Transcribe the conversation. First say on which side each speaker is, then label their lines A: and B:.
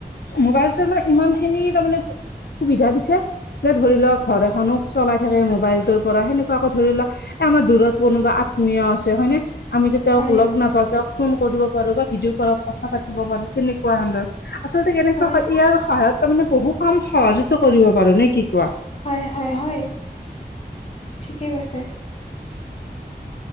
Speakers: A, on the left; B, on the left.
A: মোবাইলটো আমাৰ ইমানখিনি তাৰমানে সুবিধা দিছে, যে ধৰি লওক ঘৰ এখনো চলাই থাকে মোবাইলটোৰ পৰা সেনেকুৱা আকৌ ধৰি লওক এ, আমাৰ দূৰত কোনোবা আত্মীয় আছে হয় নে? আমিতো তেওঁক
B: হয়
A: লগ নাপাওঁ, তেওঁক ফোন কৰিব পাৰো বা ভিডিঅ'কলত কথা পাতিব পাৰোঁ। তেনেকুৱা <unintelligible> আচলতে কেনেক
B: হয়
A: ইয়াৰ সহায়ত তাৰ মানে বহু কাম সহজিত কৰিব পাৰো নে কি কোৱা?
B: হয় হয় হয়, ঠিকে কৈছে।